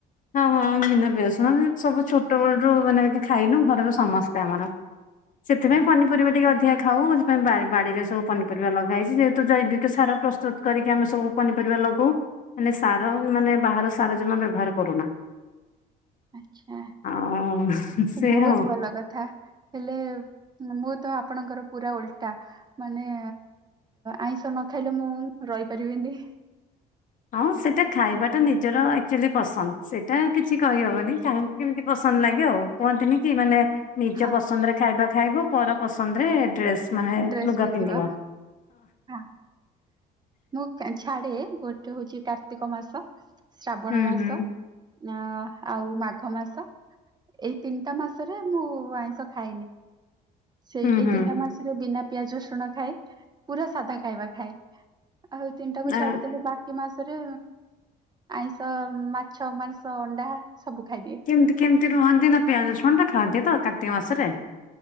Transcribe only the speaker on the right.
ଆଛା
ବହୁତ
ଭଲ କଥା। ହେଲେ ମୁଁ ତ ଆପଣଙ୍କର ପୁରା ଓଲଟା ମାନେ ଆଇଁଷ ନ ଖାଇଲେ ମୁଁ ରଇପାରିବିନି।
ହଁ
ଡ୍ରେସ୍
ପିନ୍ଧିବା
ହଁ ମୁଁ ଛାଡେ ଗୋଟେ ହଉଛି କାର୍ତ୍ତିକ ମାସ ଶ୍ରାବଣ
ମାସ।
ନାଁ ଆଉ ମାଘ ମାସ ଏଇ ତିନିଟା ମାସରେ ମୁଁ ଆଇଁଷ ଖାଏନି। ସେଇ
ଏଇ
ତିନିଟା ମାସରେ ବିନା ପିଆଜ ରସୁଣ ଖାଏ ପୁରା ସାଧା ଖାଇବା ଖାଏ। ଆଉ ତିନିଟାକୁ
ଛାଡିଦଲେ ବା କି ମାସରେ ଆଇଁଷ ମାଛ ମାଂସ ଅଣ୍ଡା ସବୁ ଖାଇଦିଏ।